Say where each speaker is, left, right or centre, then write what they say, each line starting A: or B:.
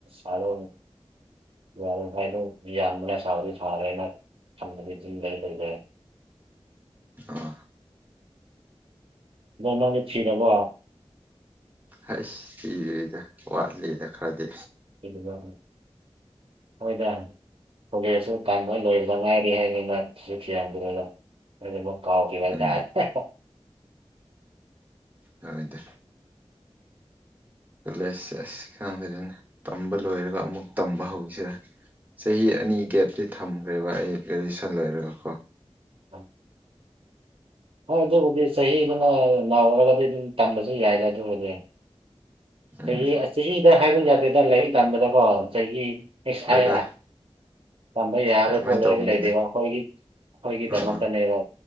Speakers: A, on the right (about 60°); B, on the right (about 15°).
A: ꯍꯜꯂꯣ ꯌꯥꯔꯤ ꯃꯈ ꯃꯈꯥꯏꯗꯝ ꯌꯥꯝꯟꯕꯅ ꯁꯥꯕꯗꯤ ꯁꯥꯔꯦꯅ ꯈꯟꯕꯗꯤ ꯑꯗꯨꯟ ꯂꯩ ꯂꯩꯗ
B: ꯑꯥ
A: ꯋꯥ ꯉ ꯥꯡꯕ ꯊꯤꯔꯕꯣ
B: ꯍꯁ ꯊꯤꯗ꯭ꯔꯤꯗ ꯋꯥꯠꯂꯤꯗ ꯈꯔꯗꯤ
A: ꯊꯤꯒꯤꯅꯨ ꯍꯣꯏꯗ ꯀꯣꯂꯦꯁꯨ ꯇꯝꯕ ꯂꯣꯏꯕꯗ ꯉꯥꯏꯔꯤ ꯍꯥꯏꯗꯅ ꯅꯨꯄꯤ ꯊꯤꯔꯝꯒꯤꯔꯣꯏꯗ ꯑꯩꯈꯣꯏꯗꯤ ꯑꯃꯨꯛ ꯀꯥꯎꯈꯤꯕ ꯍꯥꯏꯇꯔꯦ
B: ꯎꯝ ꯍꯣꯏꯗ ꯀꯣꯂꯦꯖꯦꯁ ꯈꯗꯅ ꯇꯝꯕ ꯂꯣꯏꯔꯒ ꯑꯃꯨꯛ ꯇꯝꯕ ꯍꯧꯁꯤꯔꯦ ꯆꯍꯤ ꯑꯅꯤ ꯒꯦꯞꯇꯤ ꯊꯝꯈ꯭ꯔꯦꯕ ꯑꯩ ꯒ꯭ꯔꯦꯖꯨꯌꯦꯁꯟ ꯂꯣꯏꯔꯒ ꯀꯣ
A: ꯎꯝ ꯍꯣꯏ ꯑꯗꯨꯕꯨꯗꯤ ꯆꯍꯤꯗꯨꯅ ꯅꯧꯔꯒꯗꯤ ꯑꯗꯨꯝ ꯇꯝꯕꯁꯨ ꯌꯥꯏꯗ ꯑꯗꯨꯕꯨꯗꯤ
B: ꯎꯝ
A: ꯆꯍꯤ ꯆꯍꯤꯗ ꯍꯥꯏꯕ ꯌꯥꯗꯦꯗ ꯂꯥꯏꯔꯤꯛ ꯇꯝꯕꯗꯀꯣ ꯆꯍꯤ <unintelligible>
B: ꯍꯣꯏꯗ
A: ꯇꯝꯕ ꯌꯥꯔꯗ
B: ꯑꯗꯨꯃꯥꯏꯅ
A: ꯄꯣꯠꯂꯔꯒ
B: ꯇꯧꯕꯅꯤꯗ
A: ꯂꯩꯔꯤꯕ ꯑꯩꯈꯣꯏꯒꯤ ꯑꯩꯈꯣꯏꯒꯤꯗꯃꯛꯇꯅꯦꯕ
B: ꯑꯥ